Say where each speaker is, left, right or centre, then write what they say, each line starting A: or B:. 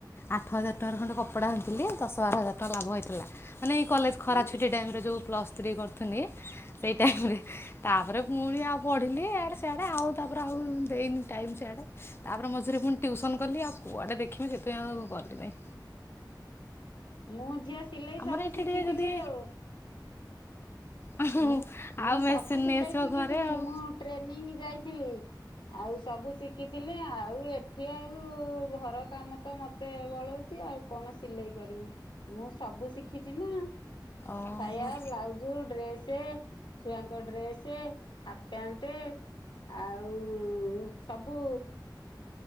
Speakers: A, on the left; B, on the left.
A: ଆଠ ହଜାର ଟଙ୍କାର ଖଣ୍ଡେ କପଡ଼ା ଆଣିଥିଲି ଦଶ ବାର ହଜାର ଟଙ୍କା ଲାଭ ହେଇଥିଲା। ମାନେ ଏଇ କଲେଜ ଖରା
B: ହଁ
A: ଛୁଟି ଟାଇମରେ ଯୋଉ ପ୍ଲସ୍ ଥ୍ରୀ କରୁଥିଲି ସେଇ ଟାଇମରେ ତାପରେ ପୁଣି ଆଉ ପଢ଼ିଲି ଇଆଡ଼େ ସିଆଡ଼େ ଆଉ ତାପରେ ଆଉ ଦେଇନି ଟାଇମ୍ ସିଆଡ଼େ ତାପରେ ମଝିରେ ପୁଣି ଟ୍ୟୁସନ୍ କଲି ଆଉ କୁଆଡ଼େ ଦେଖିବି ସେଥିପାଇଁ ଆଉ କଲି ନାହିଁ।
B: ମୁଁ ଝିଅ ସିଲେଇ
A: ଆମର
B: ସବୁ
A: ଏଠି
B: ଶିଖିଥିଲି
A: ଟିକେ ଯଦି
B: ଆଉ
A: ଆଉ
B: ମୁଁ ମୁଁ
A: ମେସିନ୍
B: ସବୁ ସିଲେଇ
A: ନେଇ ଆସିବ
B: ଶିଖିଥିଲି
A: ଘରେ ଆଉ।
B: ମୁଁ ଟ୍ରେନିଂ ଯାଇଥିଲି। ଆଉ ସବୁ ଶିଖିଥିଲି ଆଉ ଏଠି ଆଉ ଘର କାମ ତ ମତେ ବଳଉଛି ଆଉ କଣ ସିଲେଇ କରିମି ମୁଁ ସବୁ ଶିଖିଛି ନା
A: ଓହୋ
B: ସାୟା, ବ୍ଲାଉଜ, ଡ୍ରେସ ଛୁଆଙ୍କ ଡ୍ରେସ, ହାଫ ପ୍ୟାଣ୍ଟ ଆଉ ସବୁ